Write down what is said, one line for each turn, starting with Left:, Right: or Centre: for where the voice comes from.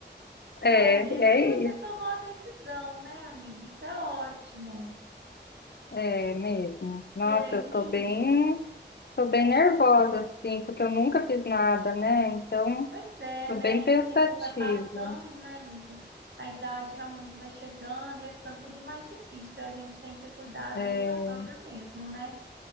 Left: É,
Right: Pelo menos
Left: é
Right: você
Left: isso,
Right: tomou a decisão, né, amiga? Isso é ótimo.
Left: é mesmo. Nossa,
Right: E aí,
Left: eu tô bem, tô bem
Right: é,
Left: nervosa, assim, porque eu nunca fiz nada, né? Então,
Right: pois é,
Left: tô
Right: né?
Left: bem pensativa.
Right: E o tempo vai passando, né, amiga? A idade realmente vai chegando, vai ficando tudo mais difícil. A gente tem que cuidar
Left: É,
Right: desde agora mesmo, né?